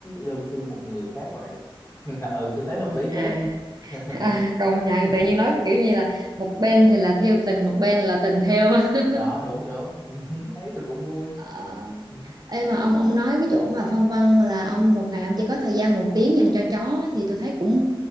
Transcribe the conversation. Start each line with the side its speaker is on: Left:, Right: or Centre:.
Left: đơn phương một người khác vậy <laughs> ừ tôi thấy hợp
Right: ừ,
Left: lý
Right: à,
Left: phết
Right: <laughs>
Left: <laughs>
Right: à công nhận tự nhiên nói cái kiểu như là một bên thì là theo tình một bên là tình theo <laughs>
Left: đó đúng đúng <laughs> thấy tôi cũng vui
Right: Ờ,
Left: ừ.
Right: Ê mà ông ông nói cái chỗ mà phân vân là ông một ngày ông chỉ có thời gian một tiếng dành cho chó thì tôi thấy cũng